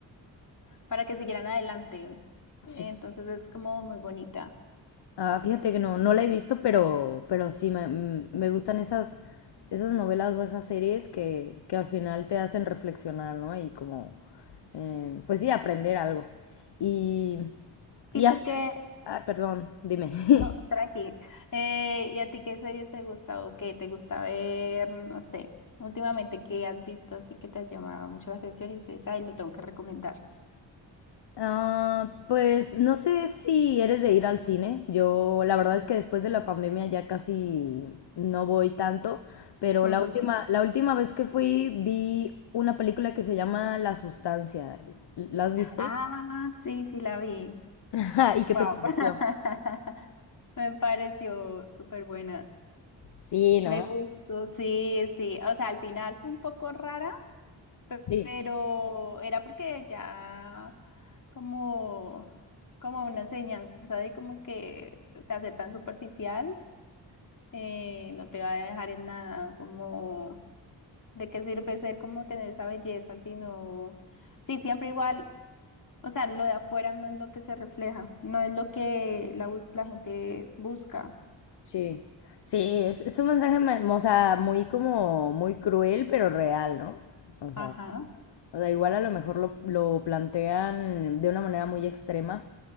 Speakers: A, on the left; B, on the left.
A: para que siguieran adelante. Entonces
B: sí.
A: es como muy bonita.
B: Ah, fíjate que no, no la he visto, pero, pero sí me, mm, me gustan esas, esas novelas o esas series que, que al final te hacen reflexionar, ¿no? Y como, eh, pues sí, aprender algo. Y,
A: ¿Y
B: y así,
A: tú qué,
B: ah, perdón, dime. <laughs>
A: No, tranqui. Eh, ¿y a ti qué series te gusta o qué te gusta ver? No sé, últimamente qué has visto así que te ha llamado mucho la atención y dices, ay, lo tengo que recomendar.
B: Ah, pues no sé si eres de ir al cine. Yo la verdad es que después de la pandemia ya casi no voy tanto, pero
A: Ujú.
B: la última, la última vez que fui vi una película que se llama La Sustancia. ¿La has visto?
A: Ah, sí, sí, la vi.
B: <laughs> ¿Y qué
A: Wow.
B: te pareció?
A: <laughs> Me pareció súper buena.
B: Sí, ¿no?
A: Me gustó, sí, sí. O sea, al final fue un poco rara, pe-
B: Sí,
A: pero era porque ya como, como una enseñanza de como que, o sea, ser tan superficial. eh, no te va a dejar en nada, como de qué sirve ser como tener esa belleza, sino, sí, siempre igual, o sea, lo de afuera no es lo que se refleja, no es lo que la, bus- la gente busca.
B: sí. Sí, es, es un mensaje, ma- o sea, muy como, muy cruel, pero real, ¿no? O sea,
A: Ajá,
B: o sea, igual a lo mejor lo, lo plantean de una manera muy extrema,